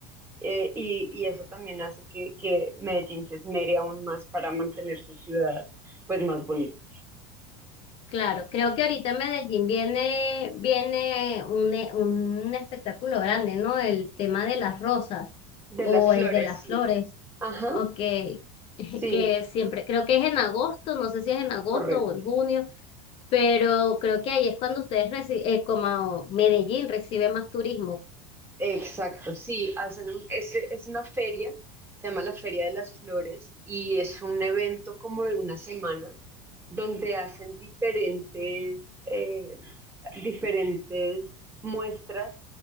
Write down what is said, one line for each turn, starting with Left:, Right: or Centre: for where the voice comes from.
Right: Eh, y, y eso también hace que, que Medellín se esmere aún más para mantener su ciudad pues más bonita.
Left: Claro, creo que ahorita en Medellín viene, viene un, e- un espectáculo grande, ¿no? El tema de las rosas
Right: De
Left: o
Right: las flores,
Left: el de las
Right: sí.
Left: flores,
Right: Ajá,
Left: ok, <laughs>
Right: sí,
Left: que siempre, creo que es en agosto, no sé si es en agosto
Right: correcto.
Left: o en junio, pero creo que ahí es cuando ustedes reciben, como Medellín recibe más turismo.
Right: Exacto, sí, hacen un, es, es una feria, se llama la Feria de las Flores y es un evento como de una semana donde hacen diferentes, eh, diferentes muestras.